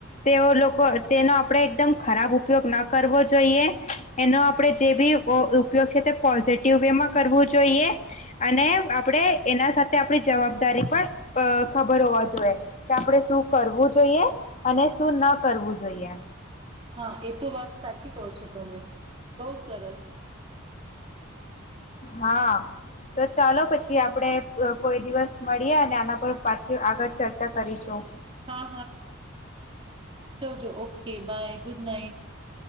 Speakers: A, on the left; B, on the right.
A: તેઓ લોકો તેનો આપણે એકદમ ખરાબ ઉપયોગ ન કરવો જોઈએ, એનો આપણે જે બી ઉપયોગ છે તે પોઝિટિવ વેમાં કરવું જોઈએ. અને આપણેે એના સાથે આપણી જવાબદારી પણ અ ખબર હોવા જોઈએ કે આપણેે શું કરવું જોઈએ, અને શું ન કરવું જોઈએ.
B: હા એ તો વાત સાચી કહો છો તમે, બહુ સરસ.
A: હા તો ચાલો પછી આપણેે કોઈ અ દિવસ મળીએ અને આના પર પાછી આગળ ચર્ચા કરીશું.
B: હા okay, bye, good night.